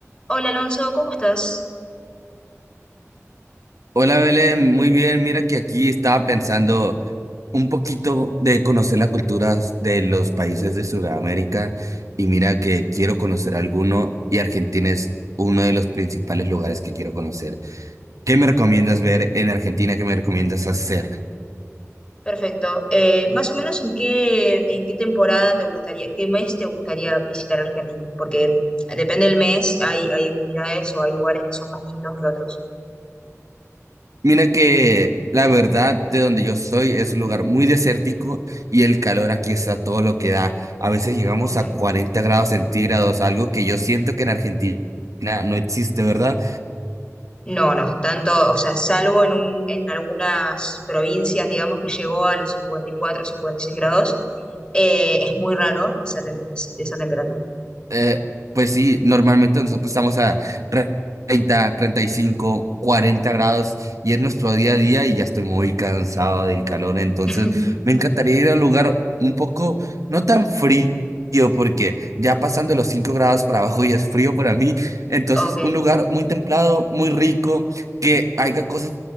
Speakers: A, on the left; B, on the right.
A: Hola Alonso, ¿cómo estás?
B: Hola Belén, muy bien. Mira que aquí estaba pensando un poquito de conocer las culturas de los países de Sudamérica y mira que quiero conocer alguno y Argentina es uno de los principales lugares que quiero conocer. ¿Qué me recomiendas
A: Ok.
B: ver en Argentina? ¿Qué me recomiendas hacer?
A: Perfecto. Eh, más o menos en qué, en qué temporada te gustaría, qué mes te gustaría visitar Argentina, porque depende del mes, hay, hay actividades o hay lugares que son más lindos que otros.
B: Mira que la verdad de donde yo soy es un lugar muy desértico y el calor aquí está todo lo que da. A veces llegamos
A: Ok.
B: a 40 grados centígrados, algo que yo siento que en Argentina no existe, ¿verdad?
A: No, no, tanto, o sea, salvo en un, en algunas provincias, digamos, que llegó a los cincuenta cincuenta y cuatro cincuenta y seis grados, eh, es muy raro esa, tem- esa temperatura.
B: Eh, pues sí, normalmente nosotros estamos a tre- treinta treinta y cinco cuarenta grados y es nuestro día a día y ya estoy muy cansado del calor, entonces
A: <laughs>
B: me encantaría ir a un lugar un poco no tan frío porque ya pasando los 5 grados para abajo ya es frío para mí, entonces
A: Ok,
B: un lugar muy templado, muy rico, que haya cosas